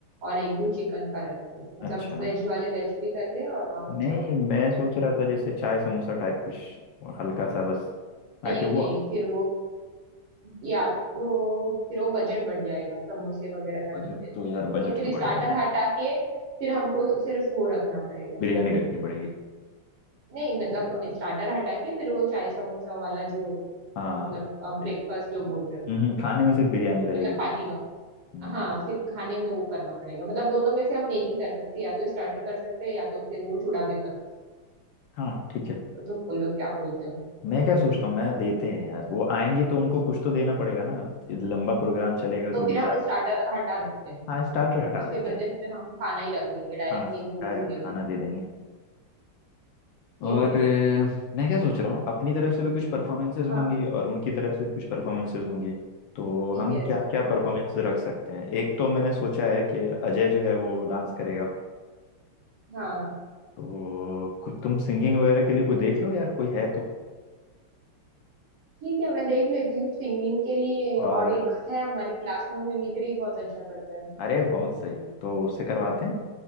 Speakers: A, on the right (about 85°); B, on the left (about 75°).
A: और एक दो चिकन का रख दे मतलब
B: अच्छा
A: वेज वाले वेज भी कर ले और नॉन वेज
B: नहीं
A: वाले non-
B: मैं सोच रहा था जैसे चाय समोसा टाइप कुछ और हल्का सा बस ताकि
A: नहीं
B: वो
A: नहीं फिर वो या तो फिर वो बजट बढ़ जाएगा समोसे वगैरह करने
B: बजट
A: में
B: तो यार बजट
A: तो फिर
B: तो बढ़
A: स्टार्टर
B: जाएगा
A: हटा के फिर हमको सिर्फ वो रखना पड़ेगा
B: बिरयानी रखनी पड़ेगी
A: नहीं मतलब स्टार्टर हटा के फिर वो चाय समोसा वाला जो
B: हाँ
A: मतलब ब्रेकफास्ट जो बोल रहे हो
B: हम्म, खाने में सिर्फ बिरयानी रहेगी
A: मतलब
B: फिर
A: पार्टी वाला
B: हम्म,
A: हाँ फिर खाने में वो करना पड़ेगा मतलब दोनों में से हम एक ही कर सकते हैं या तो स्टार्टर कर सकते हैं या तो फिर वो चूड़ा वेफर कर
B: हाँ ठीक
A: सकते
B: है
A: हो तुम बोलो क्या बोलते हो
B: मैं क्या सोचता हूँ मैं देते हैं यार वो आएंगे तो उनको कुछ तो देना पड़ेगा ना लंबा प्रोग्राम चलेगा तो
A: तो फिर
B: बेचारे
A: हम स्टार्टर हटा देते हैं
B: हाँ स्टार्टर हटा
A: उसके
B: देते
A: बदले
B: हैं
A: फिर हम खाना ही रख लेंगे डायरेक्ट
B: हाँ
A: मेन कोर्स
B: डायरेक्ट
A: ही दे देंगे
B: खाना दे देंगे
A: ठीक
B: और
A: है
B: अ, मैं क्या सोच रहा हूँ अपनी तरफ से भी कुछ परफॉर्मेंसेज होंगी
A: हाँ
B: और उनकी तरफ से भी कुछ परफॉर्मेंसेज होंगी तो हम
A: यस
B: क्या क्या
A: हाँ
B: परफॉर्मेंस रख सकते हैं एक तो मैंने सोचा है कि अजय जो है वो डांस करेगा
A: हाँ
B: तो कुछ तुम सिंगिंग वगैरह के लिए कोई देख लो यार कोई है तो
A: ठीक है मैं देख लेती हूँ सिंगिंग के लिए
B: और
A: और एक है हमारी क्लास में वो मिमिक्री बहुत अच्छा करता है
B: अरे बहुत सही तो उससे करवाते हैं